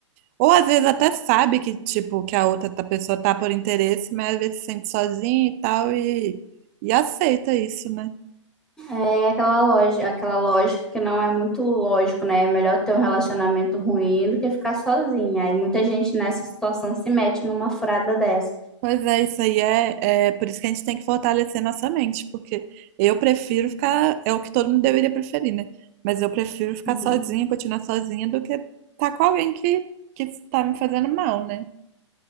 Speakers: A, on the right (about 30°); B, in the centre.
A: Ou às vezes até sabe que, tipo, que a outra tá- pessoa tá por interesse, mas às vezes se sente sozinha e tal, e, e aceita isso, né?
B: É aquela loja, aquela lógica que não é muito lógico, né? É melhor ter um relacionamento ruim do que ficar sozinha. Aí muita gente nessa situação se mete numa furada dessa.
A: Pois é, isso aí é, é por isso que a gente tem que fortalecer nossa mente, porque eu prefiro ficar, é o que todo mundo deveria preferir, né? Mas eu prefiro ficar
B: Uhum.
A: sozinha, continuar sozinha, do que estar com alguém que, que tá me fazendo mal, né?